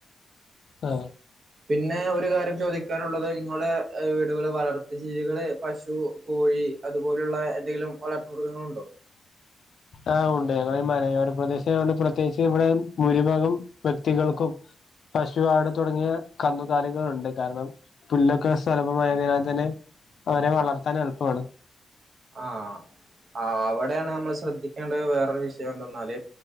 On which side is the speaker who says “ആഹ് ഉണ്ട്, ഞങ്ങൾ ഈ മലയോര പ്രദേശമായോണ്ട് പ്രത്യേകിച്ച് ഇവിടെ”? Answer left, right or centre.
Left